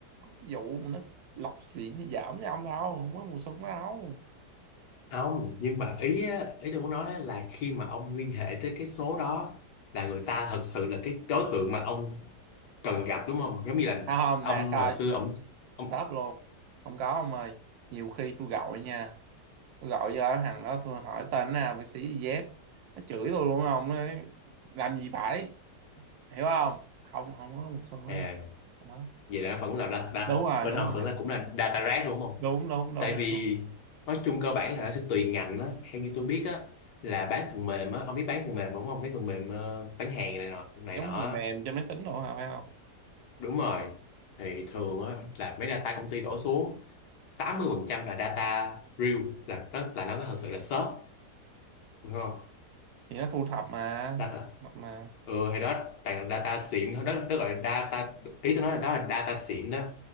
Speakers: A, on the right (about 75°); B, on the left (about 80°).
A: cái vụ mà nó lọc xỉn thì giảm với ông đâu không có mùa xuân đó đâu
B: không nhưng mà ý á, ý tôi muốn nói á là khi mà ông liên hệ tới cái số đó là người ta thật sự là cái đối tượng mà ông cần gặp đúng không giống như là
A: À, không
B: ông
A: nè coi
B: hồi xưa ông
A: stop
B: ông
A: luôn không có ông ơi nhiều khi tôi gọi nha tôi gọi cho thằng đó tôi hỏi tên nào bác sĩ gì Z nó chửi tôi luôn ông nó nói, làm gì phải hiểu không không không có mùa xuân
B: à,
A: đúng không không có.
B: vậy là nó vẫn là đặt đặt
A: đúng rồi
B: bên
A: đúng
B: ông
A: rồi
B: vẫn là cũng là data rác đúng không
A: đúng đúng đúng
B: tại vì
A: không
B: nói chung cơ bản là nó sẽ tùy ngành á theo như tôi biết á là bán phần mềm á ông biết bán phần mềm đúng không mấy phần mềm ờ, bán hàng này nọ này
A: giống
B: nọ
A: phần
B: á.
A: mềm cho máy tính đồ hả phải không
B: đúng rồi thì thường á là mấy data công ty đổ xuống 80% là data real là nó là nó có thật sự là shop đúng không
A: thì nó thu thập mà
B: data
A: thập mà
B: ừ thì đó toàn là data xịn thôi đó đó gọi là data ý tôi nói là đó là data xịn đó